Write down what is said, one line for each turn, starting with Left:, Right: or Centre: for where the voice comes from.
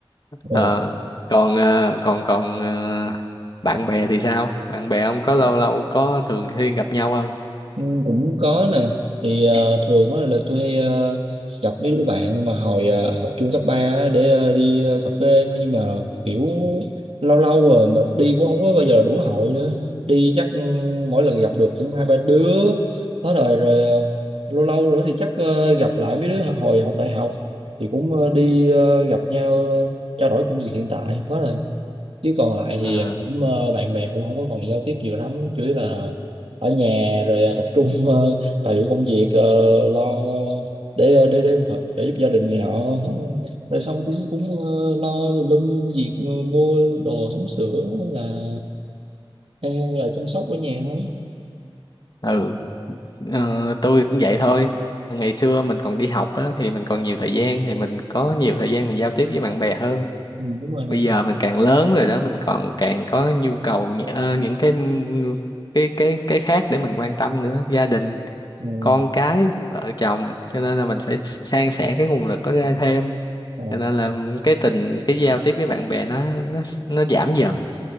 Right: Ờ.
Left: ờ, còn ờ, còn còn ờ, bạn bè thì sao bạn bè ông có lâu lâu có thường xuyên gặp nhau không
Right: Ừ, cũng có nè thì ờ, thường á là tôi hay ờ, gặp mấy đứa bạn mà hồi ờ, học chung cấp 3 á, để ờ, đi ờ, cà phê thôi nhưng mà kiểu lâu lâu rồi mà đi cũng không có bao giờ đủ hội nữa đi chắc ừ, mỗi lần gặp được cũng hai ba đứa hết rồi rồi ờ, lâu lâu nữa thì chắc ờ, gặp lại mấy đứa hồi học đại học thì cũng ờ, đi ờ, gặp nhau ờ, trao đổi công việc hiện tại hết rồi chứ còn lại thì
Left: Ờ,
Right: à, cũng ờ, bạn bè cũng không có còn giao tiếp nhiều lắm chủ yếu là ở nhà rồi à, tập trung <laughs> ờ, tài liệu công việc ờ, lo để ờ, để để, hợ- trợ giúp gia đình này nọ rồi xong cũng cũng ờ, lo tùm lum việc ờ, mua đồ sắm sửa hay là hay là chăm sóc ở nhà thôi
Left: ừ Ờ, tôi cũng vậy thôi ngày xưa mình còn đi học á thì mình còn nhiều thời gian thì mình có nhiều thời gian mình giao tiếp với bạn bè hơn
Right: ừ, đúng rồi nè
Left: bây giờ mình càng lớn rồi đó mình còn càng có nhu cầu nhi- ờ, những cái cái cái cái khác để mình quan tâm nữa gia đình
Right: ừ.
Left: con cái vợ chồng cho nên là mình phải san sẻ cái nguồn lực đó ra thêm
Right: Ồ,
Left: cho nên là cái tình cái giao tiếp với bạn bè nó nó nó giảm dần